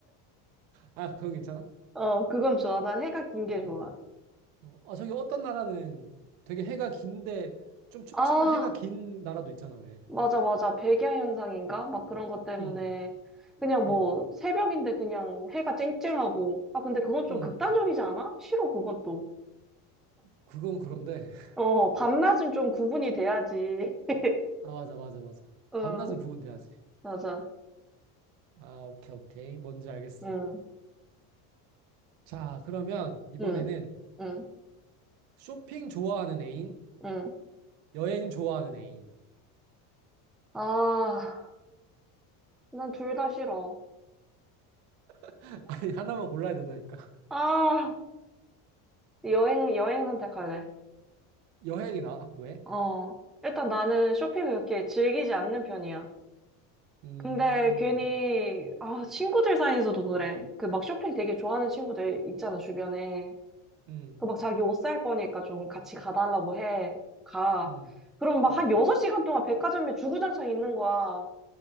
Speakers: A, on the right; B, in the centre.
A: 아, 그건 괜찮아?
B: 어, 그건 좋아. 난 해가 긴 게
A: 아,
B: 좋아.
A: 어, 아, 저기 어떤 나라는 되게 해가 긴데 좀 춥지만
B: 아,
A: 해가 긴 나라도 있잖아, 왜?
B: 맞아, 맞아. 백야 현상인가? 막 그런 것 때문에.
A: 음,
B: 그냥 뭐,
A: 음,
B: 새벽인데 그냥 해가 쨍쨍하고. 아, 근데 그건 좀
A: 음.
B: 극단적이지 않아? 싫어, 그건 또.
A: 그건 그런데. <laughs>
B: 어, 밤낮은 좀 구분이 돼야지. <laughs>
A: 아, 맞아, 맞아, 맞아.
B: 응,
A: 밤낮은 구분돼야지.
B: 맞아.
A: 아, 오케이, 오케이. 뭔지 알겠어.
B: 응,
A: 자, 그러면 이번에는
B: 응, 응,
A: 쇼핑 좋아하는 애인,
B: 응.
A: 여행 좋아하는 애인.
B: 아, 난 둘 다 싫어.
A: <laughs> 아니, 하나만 골라야 된다니까. <laughs>
B: 아, 여행, 여행 선택할래.
A: 여행이나, 왜?
B: 어, 일단 나는 쇼핑을 그렇게 즐기지 않는 편이야.
A: 음,
B: 근데 괜히, 아, 친구들 사이에서도 그래. 그 막 쇼핑 되게 좋아하는 친구들 있잖아, 주변에.
A: 음,
B: 그 막 자기 옷 살 거니까 좀 같이 가달라고 해. 가.
A: 음,
B: 그럼 막
A: 음,
B: 한 6시간 동안 백화점에 주구장창 있는 거야.